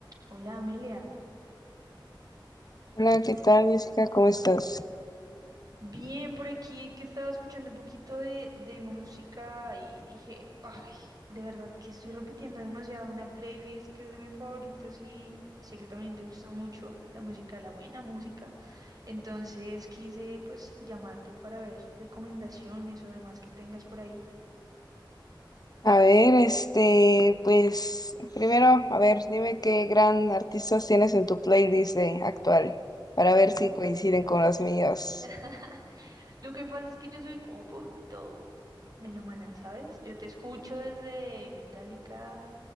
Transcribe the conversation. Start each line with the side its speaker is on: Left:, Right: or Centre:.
Right: Hola Amelia,
Left: Hola, ¿qué tal, Jessica? ¿Cómo estás?
Right: bien por aquí que estaba escuchando un poquito de, de música y dije, ay, de verdad que estoy repitiendo demasiado una playlist que es de mis favoritos y sé que también te gusta mucho la música, la buena música. Entonces quise pues llamarte para ver recomendaciones o demás que tengas por ahí.
Left: A ver, este, pues, primero, a ver, dime qué gran artistas tienes en tu playlist de actual, para ver
Right: Uf.
Left: si coinciden con las mías.
Right: <laughs> Lo que pasa es que yo soy como poquito melómana, ¿sabes? Yo te escucho desde Metallica,